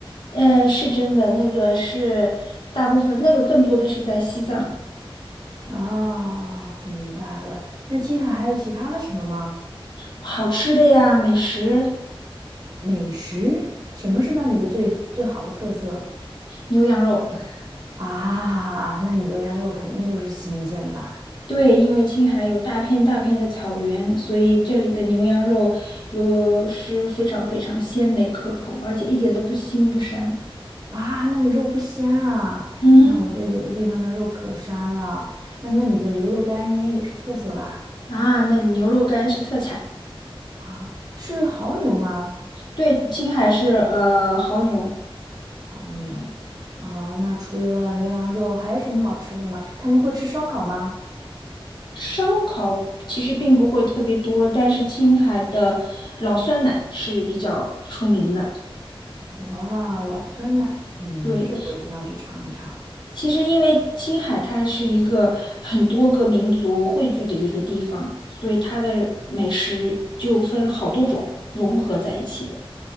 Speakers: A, on the left; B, on the right.
A: 呃，是真的，那个是大部分，那个更多的是在西藏，
B: 哦，明白了。那青海还有其他的什么吗？
A: 好吃的呀，美食，
B: 美食，什么是那里的最最好的特色
A: 牛羊肉。<laughs>
B: 啊？<laughs> 那你牛羊肉肯定都是新鲜的吧？
A: 对，因为青海有大片大片的草原，所以这里的牛羊肉又是非常非常鲜美可口，而且一点都不腥不膻。
B: 啊，那你肉不鲜啊？
A: 嗯哼，
B: 那我觉得有的地方的肉可膻了。那那里的牛肉干应该也是特色吧？
A: 啊，那牛肉干是特产。
B: 啊，是牦牛吗？
A: 对，青海是呃牦牛。
B: 好牛啊！那除了牛羊肉，还有什么好吃的吗？他们会吃烧烤吗？
A: 烧烤其实并不会特别多，但是青海的老酸奶是比较出名的。
B: 哇，老酸奶，嗯，
A: 对，
B: 这我一定要去尝一尝。
A: 其实因为青海它是一个很多个民族汇聚的一个地方，所以它的美食就分好多种融合在一起的。